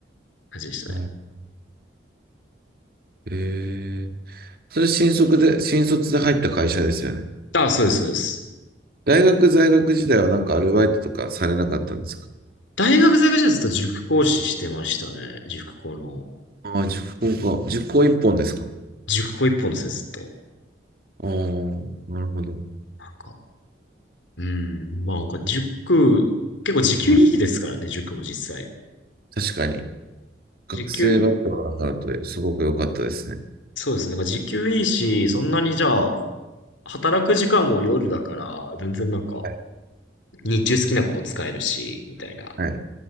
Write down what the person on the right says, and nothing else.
うんえー、それ新卒で、新卒で入った会社ですよね。
大学在学時代はなんかアルバイトとかされなかったんですか
ああー、塾講か。塾講一本ですかあ
あー、なるほど。
はい。
確かに。学生バイトはワークアトですごく良かったですね。
はい
はい。